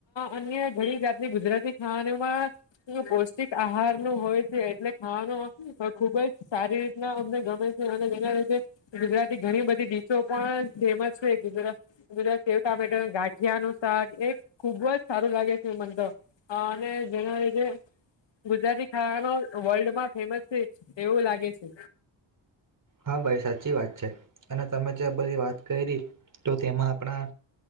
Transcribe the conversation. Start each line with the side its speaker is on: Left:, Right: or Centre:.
Left: અન્ય ઘણી જાત ની ગુજરાતી, ખાવાનુંમાં પૌષ્ટિક આહાર નુ હોય. તે એટલે ખાવાનું ખૂબ સારી રીતના અમને ગમે છે. <inaudible> ગુજરાતી ઘણી બધી ટીશો પણ ફેમસ છે, ગુજરાત ગુજરાત સેવ ટામેટા ગાઠિયા નું શાક એ ખુબજ સારું લાગે છે મનેતો અને જેના લીધે ગુજરાતી ખાવાનો વર્લ્ડમાં ફેમસ છે. એવું લાગે છે
Right: હા, ભાઈ સાચી વાત છે. અને તમે જે બધી વાત કયરી તો તેમાં આપણા